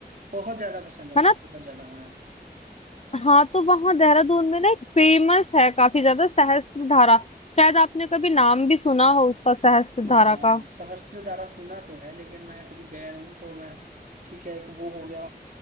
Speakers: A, on the right (about 55°); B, on the left (about 40°).
A: बहुत ज्यादा पसंद है
B: है
A: मुझे,
B: ना
A: बहुत ज्यादा हाँ
B: हाँ तो वहाँ देहरादून में ना एक फेमस है काफी ज्यादा सहस्त्र धारा शायद आपने कभी नाम भी सुना हो उसका सहस्त्र
A: अरे
B: धारा
A: हाँ
B: का
A: हाँ सहस्त्रधारा सुना तो है लेकिन मैं कभी गया नहीं हूँ, तो मैं ठीक है एक वो हो गया